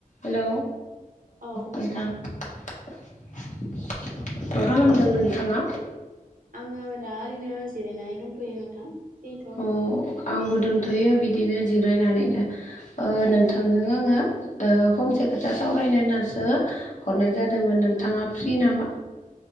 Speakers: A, on the left; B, on the right.
A: हेल औ
B: औ
A: नोंथां। मा खालामदों नोंथाङा
B: आङो दा ओरैनो जिरायनानै दंथयो नोंथां जिथदा
A: औ आंबो दोनथयो बिदिनो जिरायनानैनो नोंथांजों आङो। फंसे खोथा सावरायनो नाज सो हरनाय जादोंमोन नोंथाङा फ्रि नामा?